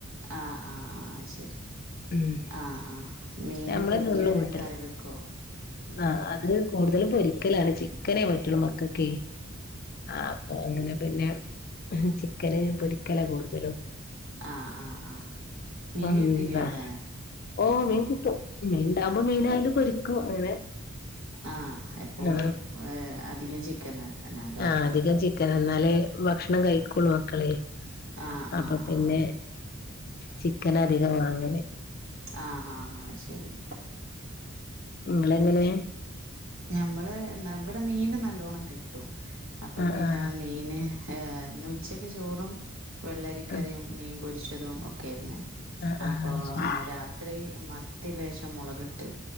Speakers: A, on the right; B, on the left.
A: ആഹ് ആഹ് ആഹ് അയ് ശെരി
B: ഉം
A: ആഹ് ആഹ് മീന്
B: നമ്മള്
A: പൊരിക്കേ
B: നുള്ള്
A: അല്ലെ
B: പൊട്ടല്
A: കറി വെ ക്കോ
B: ആ അത് കൂടുതല് പൊരിക്കലാണ് ചിക്കനേ പറ്റൊള്ളൂ മക്കക്കേ ആഹ് അ അങ്ങനെ പിന്നെ ചിക്കന് പൊരിക്കലാ കൂട്തലും
A: ആഹ് ആഹ് ആഹ് മീന്
B: എന്താ
A: കിട്ടില്ലേ അവിടെ
B: ഓ മീൻ കിട്ടു മീൻണ്ടാമ്പോ മീനായാലും പൊരിക്കു അങ്ങനെ
A: ആഹ് എപ്പോഴും
B: ആ
A: ഏ അധികോം ചിക്കന് എന്നെല്ലേ
B: ആ അധികം ചിക്കന ന്നാലേ ഭക്ഷണം കഴിക്കൊള്ളു മക്കള്
A: ആഹ്
B: അപ്പ
A: ആഹ്
B: പിന്നെ
A: ആഹ്
B: ചിക്കനാ അധികം വാങ്ങല്
A: ആഹ് ആഹ് ആഹ് ശെരി
B: ഇങ്ങളെങ്ങനെ
A: ഞമ്മള് ന ഇവ്ടെ മീന് നല്ലോണം കിട്ടും അപ്പ
B: ആ
A: പിന്നെ
B: ആ
A: മീന് ഏ ഇന്ന് ഉച്ചയ്ക്ക് ചോറും വെള്ളരിക്കറിയും
B: ആ
A: മീൻ പൊരിച്ചതും ഒക്കേര്ന്ന്
B: ആ
A: അപ്പോ
B: ആ
A: രാത്രി മ ഇത്തി ലേശം മുളകിട്ട്